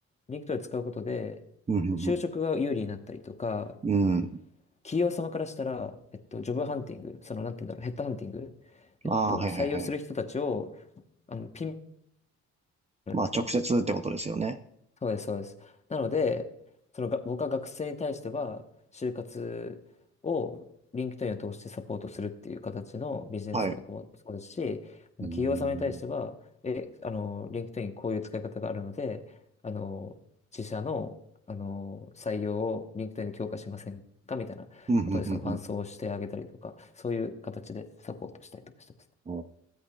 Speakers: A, on the left; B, on the right.
A: リンクトイ使うことで、
B: うん、
A: 就職が有利になったりとか、
B: うんうんうん
A: 企業様からしたら、えっと、ジョブハンティング、その、なんて言うんだろう、ヘッドハンティング、えっと、
B: ああはい、
A: 採用する人たちを、
B: はい、はい。
A: あの、ピンポイントなんですね、
B: まあ、直接ってことですよね。
A: そうです、そうです。なので、そのが、僕は学生に対しては、就活を LinkedIn を通してサポートするっていう形のビジネスとかもそうですし、
B: はい。
A: あの企業様に対しては、
B: うーん。
A: え、あの、LinkedIn こういう使い方があるので、あの、自社の、あの、採用を LinkedIn で強化しませんかみたいなことで、
B: うん、うん、
A: その伴走をしてあげたりとか、
B: うんうん
A: そういう形でサポートしたりとかしてます。
B: お